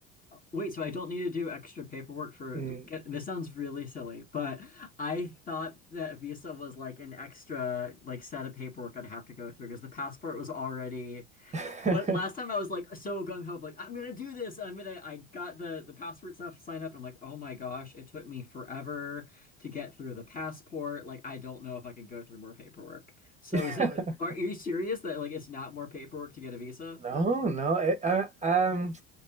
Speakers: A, on the left (about 25°); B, on the right (about 20°).
A: Wait, so I don't need to do extra paperwork for
B: Mm.
A: get, this sounds really silly, but I thought that Visa was like an extra like set of paperwork I'd have to go through because the passport was already
B: <laughs>
A: But last time I was like so gung ho, like I'm gonna do this. I'm gonna. I got the the passport stuff signed up. And I'm like, oh my gosh, it took me forever to get through the passport. Like I don't know if I can go through more paperwork. So
B: <laughs>
A: is it? Are, are you serious that like it's not more paperwork to get a visa?
B: No, no. It, I, um,